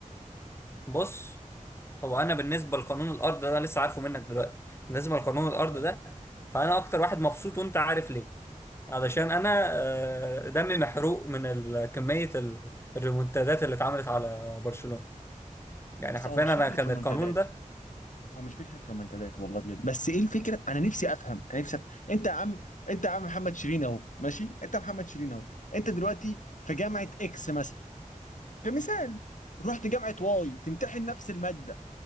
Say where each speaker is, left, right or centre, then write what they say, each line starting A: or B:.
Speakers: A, on the left; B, on the left.
A: بص هو انا بالنسبه لقانون الارض ده انا لسه عارفه منك دلوقتي بالنسبه لقانون الارض
B: آه.
A: ده فانا اكتر واحد مبسوط وانت عارف ليه علشان انا آه، دمي محروق من ال- كمية ال- الريمونتادات اللي اتعملت على برشلونة يعني
B: بص
A: حرفيا
B: هو مش
A: انا
B: فكره
A: كان
B: رومنتادات
A: القانون ده
B: هو مش فكره رومنتادات والله بجد بس ايه الفكره انا نفسي افهم انا نفسي افهم انت يا عم انت يا عم محمد شيرين اهو ماشي انت محمد شيرين اهو انت دلوقتي في جامعه اكس مثلا كمثال رحت جامعه واي تمتحن نفس الماده